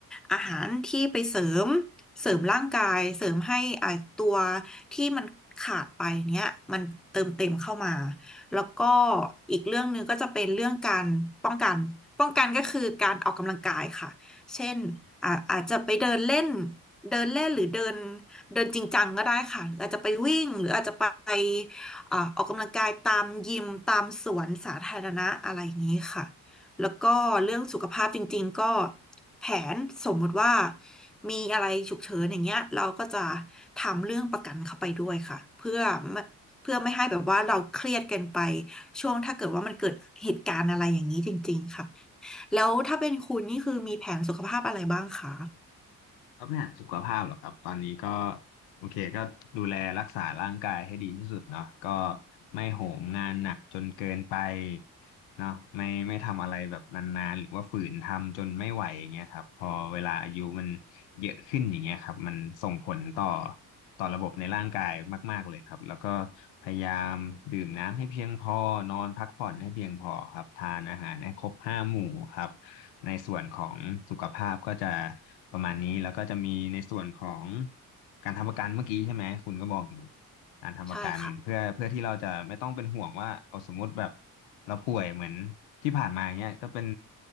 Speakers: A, in the centre; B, on the left.
A: อาหารที่ไปเสริมเสริมร่างกายเสริมให้อ่าตัวที่มันขาดไปเนี้ยมันเติมเต็มเข้ามาแล้วก็อีกเรื่องหนึ่งก็จะเป็นเรื่องการป้องกันป้องกันก็คือการออกกำลังกายค่ะเช่นอ่าอาจจะไปเดินเล่นเดินเล่นหรือเดินเดินจริงจังก็ได้ค่ะหรืออาจจะไปวิ่งหรืออาจจะไปอ่าออกกำลังกายตามยิมตามสวนสาธารณะอะไรอย่างนี้ค่ะ แล้วก็เรื่องสุขภาพจริงๆก็แผนสมมติว่ามีอะไรฉุกเฉินอย่างเงี้ยเราก็จะทำเรื่องประกันเข้าไปด้วยค่ะเพื่อไม่เพื่อไม่ให้แบบว่าเราเครียดเกินไปช่วงถ้าเกิดว่ามันเกิดเหตุการณ์อะไรอย่างนี้จริงๆค่ะแล้วถ้าเป็นคุณนี่คือมีแผนสุขภาพอะไรบ้างคะ
B: ก็ปัญหาสุขภาพเหรอครับตอนนี้ก็โอเคก็ดูแลรักษาร่างกายให้ดีที่สุดเนาะก็ไม่โหมงานหนักจนเกินไปเนาะไม่ไม่ทำอะไรแบบนานๆหรือว่าฝืนทำจนไม่ไหวอย่างเงี้ยครับพอเวลาอายุมันเยอะขึ้นอย่างเงี้ยครับมันส่งผลต่อต่อระบบในร่างกายมากๆเลยครับแล้วก็พยายามดื่มน้ำให้เพียงพอนอนพักผ่อนให้เพียงพอครับทานอาหารให้ครบห้าหมู่ครับ ในส่วนของสุขภาพก็จะประมาณนี้แล้วก็จะมีในส่วนของการทำประกันเมื่อกี้ใช่ไหมคุณก็บอกอยู่การทำประกันเพื่อเพื่อที่เราจะไม่ต้องเป็นห่วงว่าเอาสมมุติแบบ
A: ใช่ค่ะ
B: เราป่วยเหมือนที่ผ่านมาอย่างเงี้ยก็เป็น